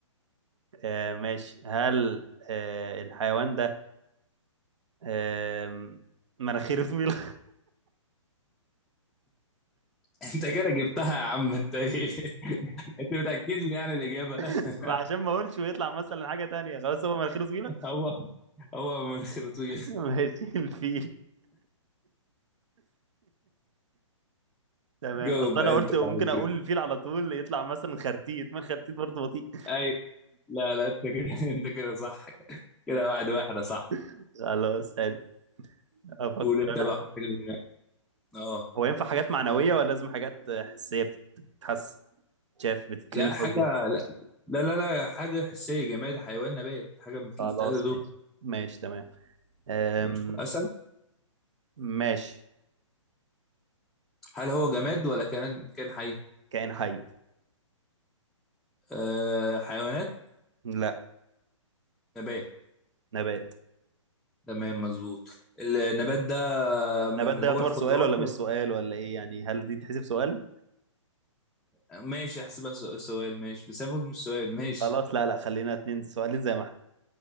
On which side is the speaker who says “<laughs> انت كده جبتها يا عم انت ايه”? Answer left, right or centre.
Centre